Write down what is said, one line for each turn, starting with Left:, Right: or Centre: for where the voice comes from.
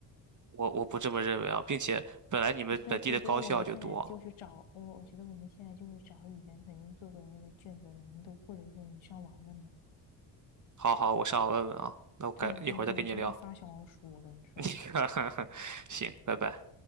Right: 我我不这么认为啊，并且本来你们本地的高校就多。
Left: <laughs> 我觉得，我觉得我们现在就是找我，我觉得我们现在就是找以前曾经做过的那个卷子难度，或者说你上网问的。
Right: 好好，我上网问问啊，那我改一会儿再跟你聊。
Left: 对，我跟你说，你现在就发小红书，我跟你说。
Right: <laughs> 你看，<laughs> 行，拜拜。